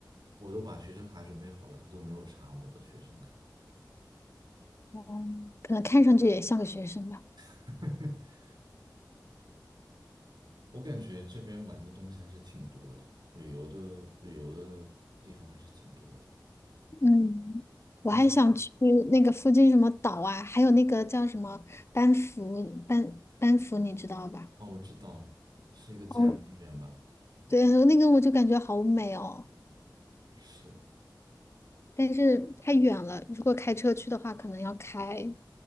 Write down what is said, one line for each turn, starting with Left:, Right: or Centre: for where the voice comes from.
Right: 我都把学生卡准备好了，他都没有查我的学生卡。
Left: 哦，可能看上去也像个学生吧。
Right: <laughs> 我感觉这边玩的东西还是挺多的，旅游的旅游的地方还是挺多的。
Left: 嗯，我还想去那个附近什么岛啊，
Right: 我准备
Left: 还有那个叫什么班夫，班班夫，你知道吧？
Right: 哦，我知道是一个自然公园吧？
Left: 哦，对，那个我就感觉好美哦，
Right: 是，
Left: 但是太远了，如果开车去的话，可能要开